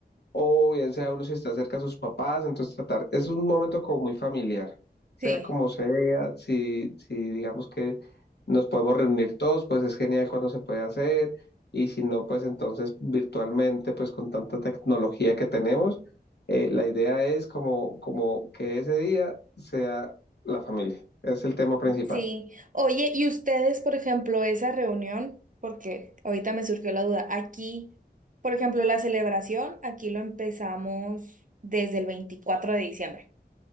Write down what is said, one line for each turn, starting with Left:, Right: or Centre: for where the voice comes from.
Left: o bien sea uno si está cerca de sus papás, entonces tratar, es un momento como muy familiar, sea
Right: Sí.
Left: como sea, si, si digamos que nos podemos reunir todos, pues es genial cuando se puede hacer, y si no, pues entonces virtualmente, pues con tanta tecnología que tenemos, eh, la idea es como, como que ese día sea la familia, es el tema principal.
Right: Sí. Oye, ¿y ustedes, por ejemplo, esa reunión? Porque ahorita me surgió la duda. Aquí, por ejemplo, la celebración, aquí lo empezamos desde el 24 de diciembre.